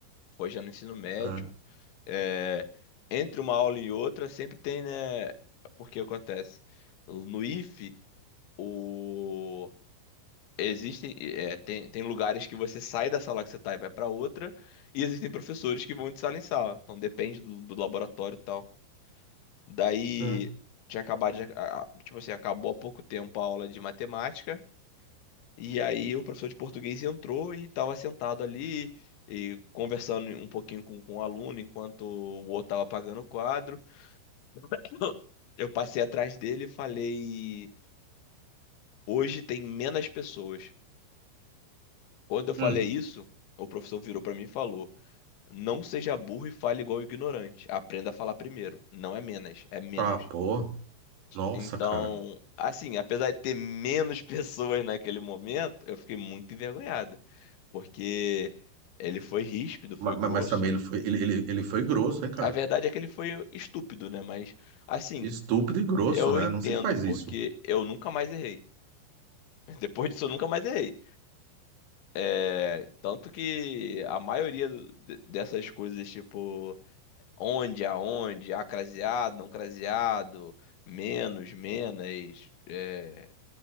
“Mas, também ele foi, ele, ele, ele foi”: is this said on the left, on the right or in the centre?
Right